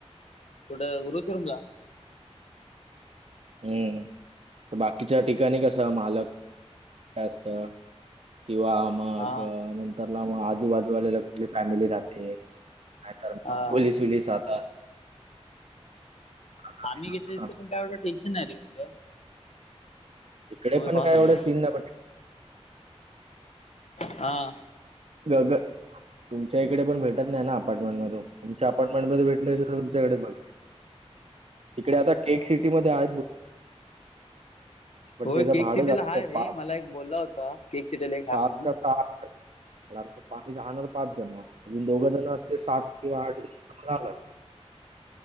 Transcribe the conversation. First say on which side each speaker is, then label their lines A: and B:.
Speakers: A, on the left (about 75°); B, on the right (about 70°).
A: कुठं उरुतिरुंमला?
B: हम्म बाकीच्या ठिकाणी कसं मालक काय असतं किंवा मग
A: हा
B: नंतरला मग आजूबाजू आलेला कुठली फॅमिली राहते. नाही तर मग
A: हा
B: पोलीस उलीस राहतात. असा सीन
A: आम्ही
B: असतो
A: घेतलय तिथं
B: ना.
A: पण काय एवढं टेन्शन नाही रे कसलं.
B: इकडे
A: होय
B: पण
A: पाऊस
B: काय
A: आला
B: एवढं
A: <inaudible>
B: सीन नाही पण
A: हा
B: गग. तुमच्या इकडे पण भेटत नाही ना अपार्टमेंट मध्ये. तुमच्या अपार्टमेंट मध्ये भेटले तुमच्याकडे बघी तिकडे आता के क सिटी मधे आहेत भ
A: होय
B: त्याचं
A: के
B: भाडं
A: क सिटीला
B: जास्त
A: हाय
B: आहे.
A: रे,
B: पाच
A: मला एक बोलला होता, केक सिटीला एक हाय
B: पाच
A: म्हणून.
B: का सहा हजार. पण आमच्या पाटी राहणार पाच जण ना, अजून दोघं जण असते सात किंवा आठ जण मग झाल असतं.